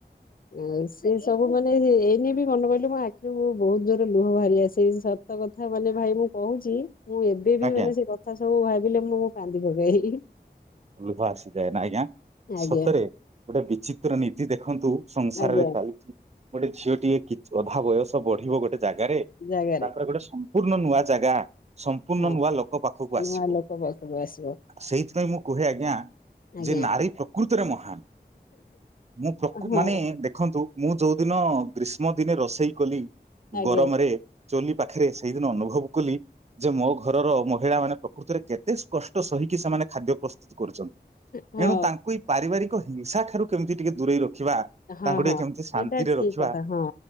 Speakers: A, on the left; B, on the right.
A: ଆଉ ସେ ସବୁ ମାନେ ଏଇନେ ବି ମନେ ପଡ଼ିଲେ ମୋ ଆଖିରୁ ବହୁତ୍ ଜୋରରେ ଲୁହ ବାହାରି ଆସେ ସତ କଥା ମାନେ ଭାଇ ମୁଁ। କହୁଛି ମୁଁ ଏବେ ବି
B: ଆଜ୍ଞା
A: ମାନେ ସେ କଥା ସବୁ ଭାବିଲେ ମୁଁ କାନ୍ଦି ପକାଇ।
B: ଲୁହ ଆସିଯାଏ ନା ଆଜ୍ଞା। ସତରେ
A: ଆଜ୍ଞା।
B: ଗୋଟେ ବିଚିତ୍ର ନୀତି ଦେଖନ୍ତୁ ସଂସାରରେ
A: ଆଜ୍ଞା
B: ଚାଲିଛି। ଗୋଟେ ଝିଅ ଟିଏ କିଛି ଅଧା ବୟସ ବଢିବ ଗୋଟେ ଜାଗାରେ
A: ଜାଗାରେ
B: ତାପରେ ଗୋଟେ ସ ସମ୍ପୂର୍ଣ ନୂଆ ଜାଗା ସମ୍ପୂର୍ଣ୍ଣ
A: ହଁ
B: ନୂଆ ଲୋକ ପାଖକୁ ଆସିବ।
A: ନୂଆ ଲୋକ ପାଖକୁ ଆସିବ।
B: ସେଇଥିପାଇଁ ମୁଁ କୁହେ ଆଜ୍ଞା।
A: ଆଜ୍ଞା
B: ଯେ ନାରୀ ପ୍ରକୃତରେ ମହାନ ମୁଁ ପ୍ରକୃ
A: ହଁ
B: ମାନେ ଦେଖନ୍ତୁ। ମୁଁ ଯଉଦିନ ଗ୍ରୀଷ୍ମ ଦିନେ ରୋଷେଇ କଲି
A: ଆଜ୍ଞା
B: ଗରମରେ। ଚୁଲି ପାଖରେ ସେଇଦିନ ଅନୁଭବ କଲି ଯେ ମୋ ଘରର ମହିଳା ମାନେ ପ୍ରକୃତିରେ କେ ତେ କଷ୍ଟ ସହିକି ସେମାନେ ଖାଦ୍ୟ ପ୍ରସ୍ତୁତ କରୁଛନ୍ତି
A: ହଁ
B: ଏଣୁ ତା କୁ ଏଇ ପାରିବାରିକ ହିଂସା ଠାରୁ କେମିତି ଟିକେ ଦୂରେଇ ରଖିବା।
A: ହଁ
B: ତାଙ୍କୁ ଟିକେ
A: ହଁ।
B: କେମିତି
A: ସେଇଟା
B: ଶାନ୍ତିରେ
A: ଠିକ
B: ରଖିବା
A: କଥା ହଁ